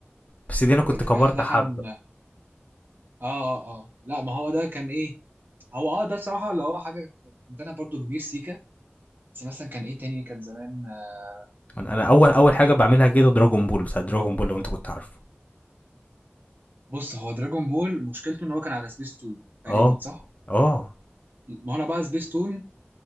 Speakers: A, on the left; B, on the right.
A: بس دي أنا
B: بتاع-
A: كنت كبرت
B: ده
A: حبة
B: كان اه اه اه لا ما هو ده كان ايه هو اه ده بصراحة اللي هو حاجة كنت انا برضو كبير سيكا بس مثلا كان ايه تاني كان زمان آه،
A: أنا, أنا أول أول حاجة بعملها كده دراجون بول بتاع دراجون بول لو أنت كنت عارفه
B: بص هو دراجون بول مشكلته ان هو كان على سبيس تون تقريبا
A: آه
B: صح
A: آه
B: ما هو انا بقى سبيس تون